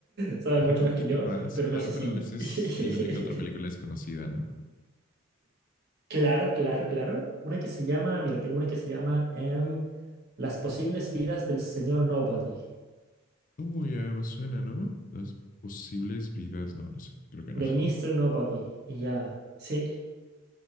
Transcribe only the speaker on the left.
<laughs> Un
poquito
más,
claro,
pero
a veces
hay una que otra película desconocida, ¿no?
Uy, eh, me suena, ¿no? Las posibles vidas, no, no sé, creo que no.